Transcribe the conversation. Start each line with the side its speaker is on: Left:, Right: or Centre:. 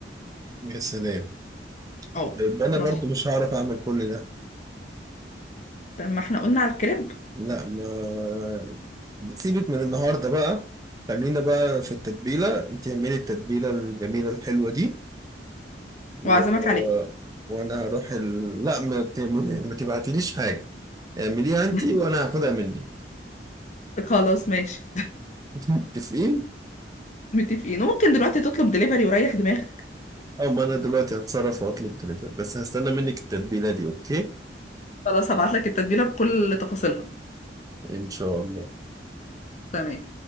Right: يا سلام
Left: اه
Right: ده يبقى أنا
Left: نص
Right: برضو مش هعرف أعمل كل ده
Left: طب ما احنا قلنا على الكريب
Right: لا ما سيبك من النهاردة بقى خلينا بقى في التتبيلة تعملي التتبيلة الجميلة الحلوة دي و...
Left: واعزمك عليه
Right: وأنا هروح ال... لا ما تعملي ما تبعتليش حاجة اعمليها انت
Left: <laughs>
Right: وانا هاخدها منك
Left: خلاص ماشي
Right: <laughs> متفقين
Left: متفقين وممكن دلوقتي تطلب دليفري وريح دماغك
Right: او ما انا دلوقتي هتصرف واطلب دليفري بس هستنى منك التتبيله دي اوكي
Left: خلاص هبعت لك التتبيلة بكل تفاصيلها
Right: ان شاء الله
Left: تمام